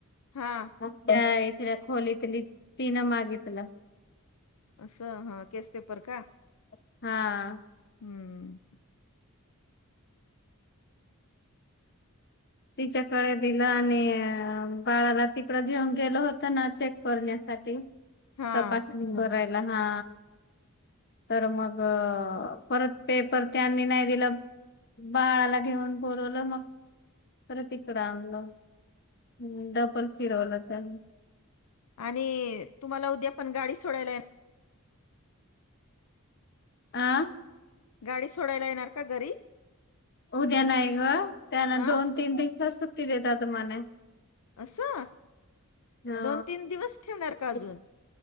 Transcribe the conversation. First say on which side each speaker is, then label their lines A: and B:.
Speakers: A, on the left; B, on the left.
A: हा
B: त्या इथल्या खोलीतली तीन मागितलं.
A: असं हा केस पेपर का?
B: हा
A: हूं
B: तिच्याकड दिलं आणि अ बाळाला तिकड घेऊन गेलो होतो ना चेक करण्या साठी
A: हा
B: तपासणी करायला. हा तर मग परत पेपर त्यांनी नाय दिलं. बाळाला घेऊन बोलवलं मग परत इकडं आणल हम् डबल फिरवलं त्यांनी
A: आणि तुम्हाला उद्या पण गाडी सोडायला ये
B: आ?
A: गाडी सोडायला येणार का घरी?
B: उद्या नाही ग. त्यांना
A: अ
B: दोन तीन दिव का सुट्टी देेतात मने.
A: असं
B: हा
A: दोन तीन दिवस ठेवणार का अजून?
B: ह्.